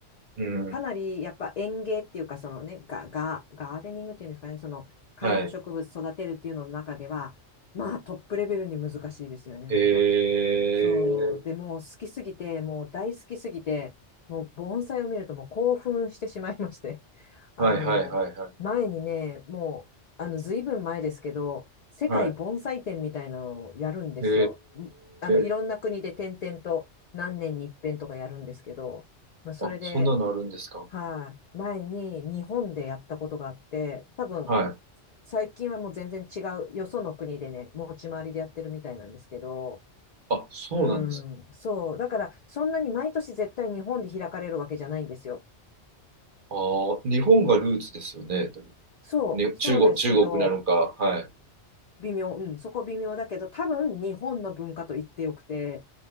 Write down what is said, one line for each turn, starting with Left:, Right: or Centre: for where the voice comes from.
Right: うん。
Left: かなりやっぱ園芸っていうか、そのね、ガ、ガ、ガーデニングっていうんですかね、その観葉植物育てるっていうのの中では、
Right: はい。
Left: まあトップレベルに難しいですよね、
Right: ええ。
Left: あれは。そう。でもう好きすぎて、もう大好きすぎて、もう盆栽を見るともう興奮してしまいまして。<laughs> あの、
Right: はいはいはいはい。
Left: 前にね、もう、あの、ずいぶん前ですけど、世界盆栽展みたいなのをやるんですよ。
Right: はい。え
Left: んあの、いろんな国で点々と何年に一遍とかやるんですけど、
Right: え。
Left: まあ、それで、
Right: あ、そんなのあるんですか。
Left: はい、前に日本でやったことがあって、多分、
Right: はい。
Left: 最近はもう全然違う、よその国でね、持ち回りでやってるみたいなんですけど、
Right: あ、そうなんですか。
Left: うん、そう。だから、そんなに毎年絶対日本で開かれるわけじゃないんですよ。
Right: ああ、日本がルーツですよね。でも
Left: そう、
Right: ね、
Left: そうですけど、
Right: 中国、中国なのか、はい、
Left: 微妙、うん、そこ微妙だけど、多分日本の文化と言ってよくて、